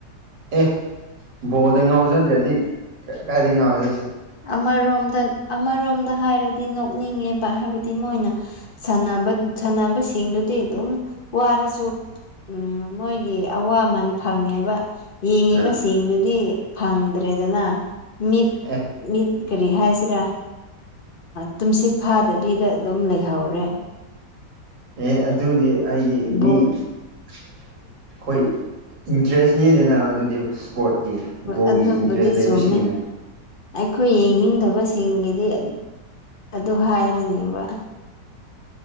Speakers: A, on the right; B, on the left.
A: ꯑꯦ ꯕꯣꯜꯗ ꯉꯥꯎꯖꯗ꯭ꯔꯗꯤ ꯀꯥꯏꯗꯒꯤ ꯉꯥꯎꯕꯗ
B: ꯑꯃꯔ ꯔꯣꯝꯗꯥꯟ ꯑꯃꯔ ꯁꯗ ꯍꯥꯏꯔꯗꯤ ꯅꯣꯛꯅꯤꯡꯉꯦꯕ ꯍꯥꯏꯕꯗꯤ ꯃꯣꯏꯅ ꯁꯅꯕ ꯁꯥꯟꯅꯕꯁꯤꯡꯗꯨꯗꯤ ꯑꯗꯨꯝ ꯋꯥꯔꯁꯨ ꯎ ꯃꯣꯏꯒꯤ ꯑꯋꯥꯃꯟ ꯐꯪꯉꯦꯕ ꯌꯦꯡꯉꯤꯕ
A: ꯑꯥ
B: ꯁꯤꯡꯗꯨꯗꯤ ꯐꯪꯗ꯭ꯔꯦꯗꯅ ꯃꯤꯠ
A: ꯑꯦ
B: ꯃꯤ ꯀꯔꯤ ꯍꯥꯏꯁꯤꯔꯥ ꯇꯨꯝꯁꯤꯠ ꯐꯥꯗꯕꯤꯗ ꯑꯗꯨꯝ ꯂꯩꯍꯧꯔꯦ
A: ꯑꯦ ꯑꯗꯨꯗꯤ ꯑꯩꯗꯤ
B: ꯕꯣꯜ
A: ꯃꯤ ꯑꯩꯈꯣꯏ ꯏꯟꯇꯔꯦꯁꯅꯦꯗꯅ ꯑꯗꯨꯗꯤ ꯏꯁꯄꯣꯔꯠꯀꯤ ꯕꯣꯜꯒꯤ
B: ꯑꯗꯨꯕꯨꯗꯤ
A: ꯏꯟꯇꯔꯦꯁ ꯂꯩꯕꯁꯤꯡꯅꯦ
B: ꯆꯨꯝꯃꯦ ꯑꯩꯈꯣꯏ ꯌꯦꯡꯅꯤꯡꯗꯕꯁꯤꯡꯒꯤꯗꯤ ꯑꯗꯨ ꯍꯥꯏꯔꯅꯦꯕ